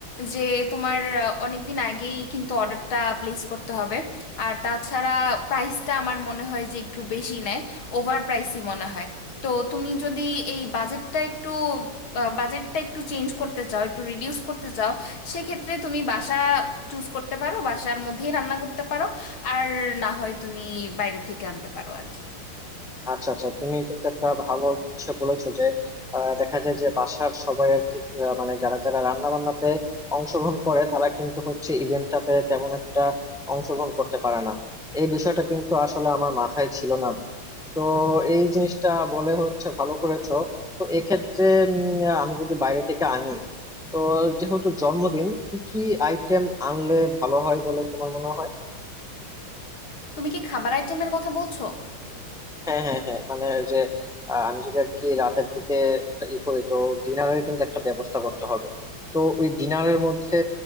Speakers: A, on the left; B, in the centre.
A: যে তোমার অনেক দিন আগেই কিন্তু অর্ডারটা প্লেস করতে হবে আর তাছাড়া প্রাইসটা আমার মনে হয় যে একটু বেশি নেয় ওভার প্রাইসই মনে হয় তো তুমি যদি এই বাজেটটা একটু বাজেটটা একটু চেঞ্জ করতে চাও একটু রিডিউস করতে চাও সেক্ষেত্রে তুমি বাসা চুজ করতে পারো বাসার মধ্যেই রান্না করতে পারো আর না হয় তুমি বাইরে থেকে আনতে পারো আর কি
B: আচ্ছা আচ্ছা তুমি কিন্তু একটা ভালো বিষয় বলেছো যে আহ, দেখা যায় যে বাসার সবাই আর কি আহ, মানে যারা যারা রান্না বান্নাতে অংশগ্রহণ করে তারা কিন্তু হচ্ছে ইভেন্টটাতে তেমন একটা অংশগ্রহণ করতে পারে না এই বিষয়টা কিন্তু আসলে আমার মাথায় ছিল না তো এই জিনিসটা বলে হচ্ছে ভালো করেছো তো এক্ষেত্রে উম, আমি যদি বাইরে থেকে আনি তো যেহেতু জন্মদিন কি কি আইটেম আনলে ভালো হয় বলে তোমার মনে হয়
A: তুমি কি খাবার আইটেমের কথা বলছো
B: হ্যাঁ হ্যাঁ হ্যাঁ মানে ওই যে আহ, আমি যদি আর কি রাতের দিকে একটা ই করি তো ডিনারের কিন্তু একটা ব্যবস্থা করতে হবে তো ওই ডিনারের মধ্যে